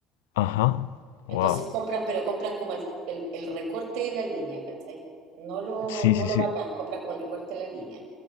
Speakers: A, on the left; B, on the right.
A: ajá,
B: Entonces
A: wow,
B: compran, pero compran como el, el- el recorte de la línea, ¿cachai? No lo,
A: sí,
B: no
A: sí,
B: lo
A: sí,
B: bacán, compran como el recorte de la línea.